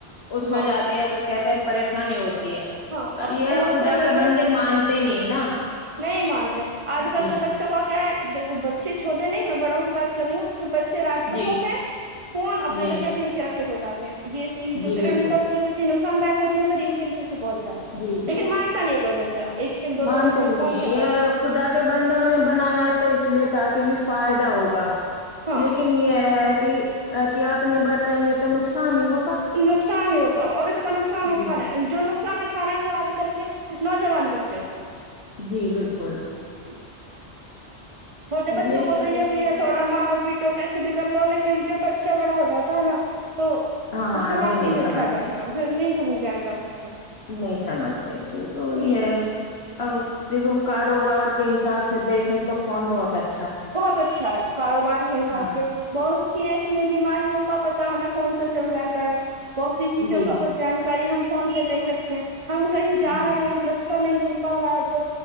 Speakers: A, on the left; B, on the right.
A: اس میں
B: ہاں
A: جاتے ہیں تو کہتے ہیں پریشانی ہوتی ہے
B: ہاں
A: پر
B: اب
A: یہ
B: بہت
A: خدا
B: سے لوگ
A: کے
B: ہیں
A: بندے مانتے نہیں نا
B: نہیں مانتے آج کل
A: جی
B: کے بچوں کا کیا ہے دیکھوں بچے چھوٹے نہیں میں بڑوں کی بات کر رہی ہوں کہ بچے رات کو
A: جی
B: سوتے ہیں فون اپنے
A: جی
B: تکیے کے نیچے رکھ کے سو جاتے ہیں یہ اس کی جو
A: جی
B: کرا
A: بالکل
B: نکلتی ہے کی نقصان دایک ہوتی ہے شریر کے لیے بھی بہت جاتا
A: جی جی
B: لیکن مانتا
A: جی
B: نہیں کوئی بچہ ایک ایک دو
A: مانتے
B: دو بجے تک
A: نہیں
B: فون
A: ہے یہ
B: چلاتے ہیں۔
A: خدا کے بندوں نے بنایا تو اس لیے بھی تاکہ فائدہ ہوگا
B: ہاں
A: لیکن یہ ہے کی احتیاط نہیں برتیں گے تو نقصان ہی ہوگا
B: نقصان ہی ہوگا اور اس کا نقصان اٹھا
A: جی
B: رہے ہیں جو نقصان اٹھا رہے ہیں وہ آج کل کے نوجوان بچے اٹھاے ہیں
A: جی بالکل
B: جی چھوٹے بچوں
A: یہی
B: کو
A: اب
B: تو
A: دیکھو
B: یہ بھی ہے تھوڑا مارو پیٹ ٹوں کیسے بھی کر لو لیکن جب بچہ بڑا ہو جاتا ہے نا تو
A: ہاں
B: اس
A: ہاں
B: پہ ہاتھ بھی نہیں
A: سمجھتے
B: اٹھا جاتا اسے نہیں سمجھایا جا سکتا
A: نہیں <unintelligible>
B: یہ
A: اب دیکھو کاروبار کے حساب سے دیکھیں تو فون بہت اچ
B: بہت اچھا ہے کاروبار کے حساب
A: ہاں
B: سے بہت یہ اسلئے بیماریوں کا پتا ہمیں فون سے چل جاتا ہے بہت سی چیزوں
A: جی
B: کا پت جانکاری ہم فون سے لے سکتے ہیں ہم کہیں جا
A: جی
B: رہے ہیں رستہ نہیں مل پا رہا ہے تو